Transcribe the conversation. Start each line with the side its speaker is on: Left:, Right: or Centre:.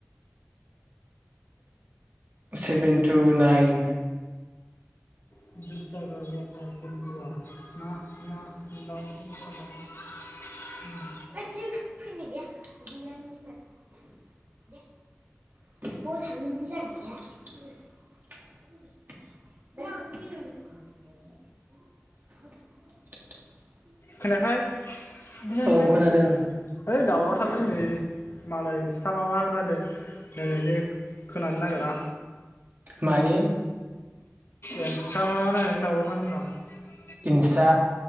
Right: सेभेन टु नाइन
Left: <unintelligible> <unintelligible> <unintelligible> <unintelligible>
Right: <unintelligible>
Left: खोनायाखै? <unintelligible>
Right: औ खोनादों
Left: ओइ दावराव थारलै नै मालाय इसथा माबा रायलाय लायनायनि खोनानो नागिरा
Right: मानि
Left: एन्सथा मा मा नायनानै दावरावथार‌ होनदां।
Right: इन्स्टा